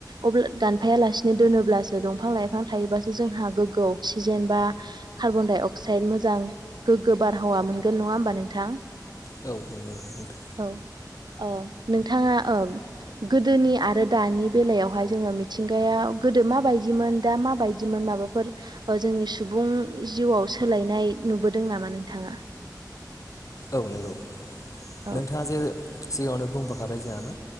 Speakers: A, on the right; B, on the left.
A: अब्ला दानफायालासिनो दोनोब्लासो दंफां लाइफां थायोबासो जोंहा गोग्गो अक्सिजेन बा कार्बनडाइ अक्साइड मोजां गोग्गो बारहावा मोनगोन नङा होमबा नोंथां
B: औ औ नोंगौ नोंथां
A: औ ओ नोंथाङा ओ गोदोनि आरो दानि बेलायावहाय जोङो मिथिंगायाव गोदो माबायदिमोन दा माबायदिमोन माबाफोर जोंनि सुबुं जिउआव सोलायनाय नुबोदों नामा नोंथाङा
B: औ नंगौ
A: औ
B: नोंथाङा जे सिगाङावनो बुंबोखाबाय जोंहा मा